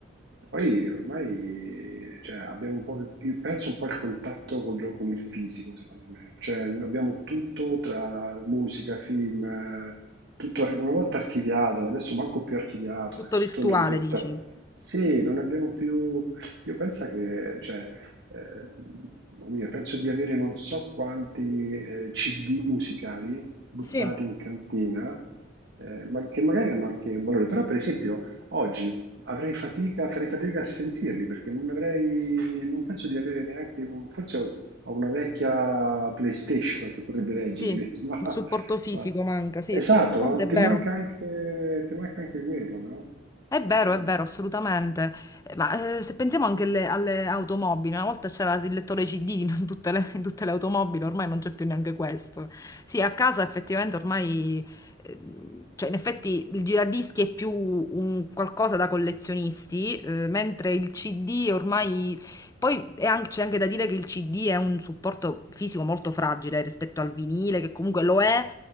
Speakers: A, on the right (about 60°); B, on the left (about 15°).
A: Poi ormai, cioè, abbiamo un po', pe- io perso un po' il contatto con, lo- con il fisico, secondo me. Cioè, abbiamo tutto tra musica, film, eh, tutto ar- una volta archiviato, adesso manco più archiviato,
B: tutto
A: è tutto
B: virtuale
A: nelle piattaforme.
B: dici.
A: Sì, non abbiamo più... Io pensa che, cioè, ehm, come dire, penso di avere non so quanti eh, CD musicali buttati
B: Sì.
A: in cantina, eh, ma che magari hanno anche un valore, però per esempio oggi avrei fatica, farei fatica a sentirli perché non avrei, non penso di avere neanche un, forse ho ho una vecchia PlayStation che potrebbe leggerli,
B: Sì,
A: <laughs> ma,
B: il supporto fisico
A: ma-
B: manca, sì,
A: esatto,
B: effettivamente
A: no?
B: è
A: Ti
B: vero.
A: manca anche, ti manca anche quello, no?
B: È vero,
A: Eh,
B: è vero, assolutamente. Eh, Ma eh, se pensiamo anche alle, alle automobili, una volta c'era il lettore CD <laughs> in tutte le, in tutte le automobili, ormai non c'è più neanche questo. Sì, a casa effettivamente ormai, ehm, cioè in effetti il giradischi è più un qualcosa da collezionisti, eh, mentre il CD ormai... Poi è anche- c'è anche da dire che il CD è un supporto fisico molto fragile rispetto al vinile, che comunque lo è,